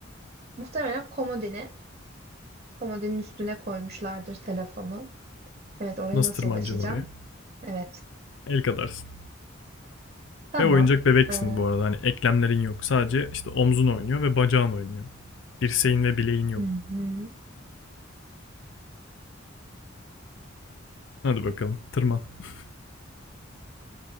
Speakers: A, on the right; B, on the left.
A: Muhtemelen komodine Komodinin üstüne koymuşlardır telefonu. Evet, oraya
B: Nasıl
A: nasıl
B: tırmanacaksın
A: ulaşacağım?
B: oraya?
A: Evet.
B: El kadarsın.
A: Tamam.
B: Ve oyuncak bebeksin
A: Ee,
B: bu arada. Hani eklemlerin yok. Sadece işte omzun oynuyor ve bacağın oynuyor. Dirseğin ve bileğin yok.
A: hı hı.
B: Hadi bakalım tırman. <laughs>